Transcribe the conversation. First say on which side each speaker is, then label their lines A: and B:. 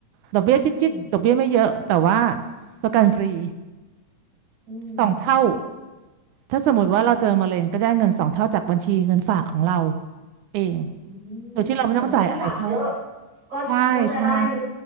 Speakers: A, on the right; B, on the right.
A: ดอกเบี้ยจิ๊ดจิ๊ดดอกเบี้ยไม่เยอะแต่ว่า
B: อืม
A: ประกันฟรี
B: อืม
A: สองเท่าถ้าสมมติว่าเราเจอมะเร็งก็ได้เงินสองเท่าจากบัญชีเงินฝากของเราเอง
B: อืมเหมือนยิ่งฝากเยอะ
A: โดยที่เราไม่ต้องจ่ายอะไรเพิ่ม
B: ก็ก็จะได้เยอะ
A: ใช่ใช่